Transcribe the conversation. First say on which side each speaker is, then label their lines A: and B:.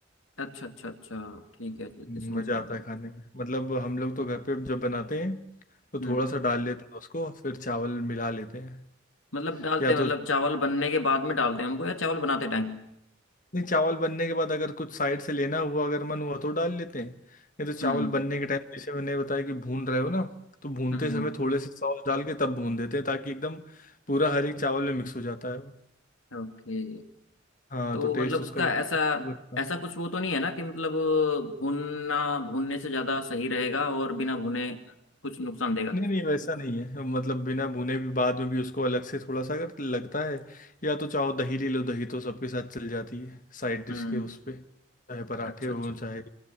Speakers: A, on the left; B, on the left.
A: अच्छा अच्छा अच्छा ठीक है ठीक
B: हम्म,
A: है समझ
B: मज़ा
A: गया
B: आता
A: मैं
B: है खाने में मतलब हम लोग तो घर पे जब बनाते हैं तो
A: हम्म
B: थोड़ा सा डाल लेते हैं उसको फिर चावल मिला लेते हैं
A: मतलब डालते
B: या
A: हैं मतलब
B: तो
A: चावल बनने के बाद में डालते हैं उनको या चावल बनाते टाइम
B: नहीं चावल बनने के बाद अगर कुछ साइड से लेना हुआ अगर मन हुआ तो डाल लेते हैं नहीं तो
A: हम्म
B: चावल बनने के टाइम जैसे मैंने बताया कि भून रहे हो ना तो भूनते
A: हम्म
B: समय
A: हम्म
B: थोड़े से सॉस डाल के तब भून देते हैं ताकि एकदम पूरा हर एक चावल में मिक्स हो जाता है वो
A: ओके
B: हाँ
A: तो
B: तो टेस्ट
A: मतलब उसका
B: उसका भी
A: ऐसा
B: खूब अच्छा
A: ऐसा कुछ वो तो नहीं है ना कि मतलब भूनना भूनने से ज़्यादा सही रहेगा और बिना भुने कुछ नुकसान देगा
B: नहीं नहीं वैसा नहीं है मतलब बिना भुने भी बाद में भी उसको अलग से थोड़ा सा अगर लगता है या तो चाहो दही ले लो दही तो सबके साथ चल जाती है साइड डिश
A: हम्म
B: के उस पे चाहे पराठे
A: अच्छा
B: हो
A: अच्छा
B: चाहे